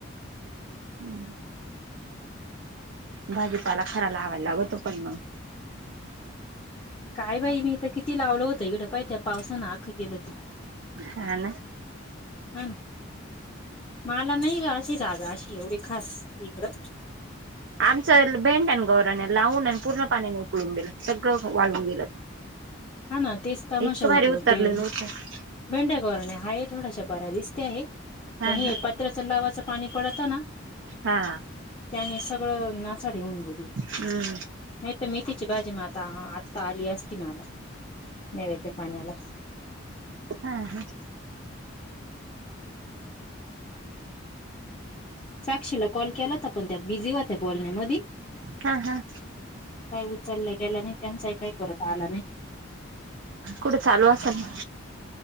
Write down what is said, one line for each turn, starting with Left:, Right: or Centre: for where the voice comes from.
Right: हम्म भाजीपाला खरा लावायला लागतो पण मग
Left: काय बाई मी तर किती लावलो होत. इकडं पाहि त्या पावसानं आख गेलं ते
Right: हा ना
Left: हा ना मला नाही ग अशी जागा अशी एवढी खास इकडं
Right: आमच भेंड आहे गौराण लावून पूर्ण पाण्याने उकळून गेलं सगळं वाळून गेलं.
Left: हा ना तेच तमाशा
Right: इतकं भारी
Left: होतो
Right: उतरलेलं
Left: ते
Right: होतं
Left: भेंड्या गोरणे हा आहे थोडाश बऱ्या दिसते आहे
Right: हा
Left: पण हे
Right: हा
Left: प कत्रच लावाच पाणी पडत ना. <inaudible>
Right: हा
Left: त्यानी सगळं नासाडी घेऊन गेली.
Right: हम्म
Left: नाही तर मेथीची भाजी म आता आत्ता आली असती मला नवेच्या पाण्याला
Right: हा हा
Left: साक्षीला कॉल केला होता पण त्या बिझी होत्या फोन मध्ये
Right: हा. हा.
Left: उचलल्या गेला नाही त्यांच काही परत आला नाही.
Right: कुठं चालू असेल